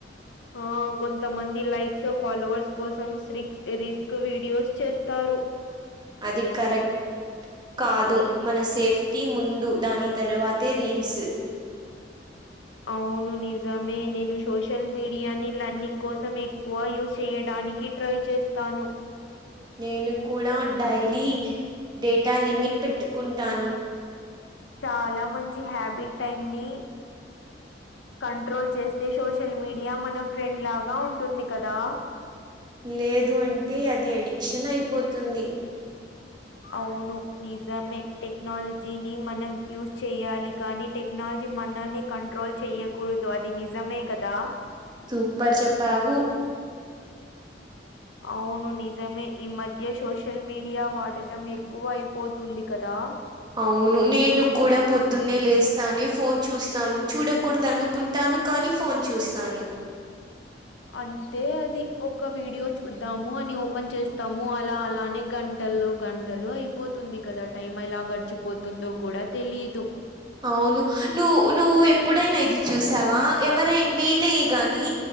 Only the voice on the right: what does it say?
అది కరెక్ట్ కాదు మన సేఫ్టీ ముందు దాని తర్వాతే రీల్స్
నేను కూడా డైలీ డేటా లిమిట్ పెట్టుకుంటాను
లేదు అంటే అది అడిక్షన్ అయిపోతుంది
సూపర్ చెప్పావు
అవును నేను కూడా పొద్దున్నే లేస్తానే ఫోన్ చూస్తాను చూడకూడదను కుంటాను కానీ ఫోన్ చూస్తాను
అవును నువ్వు నువ్వు ఎప్పుడైనా ఇది చూసావా ఎవర నేనే గాని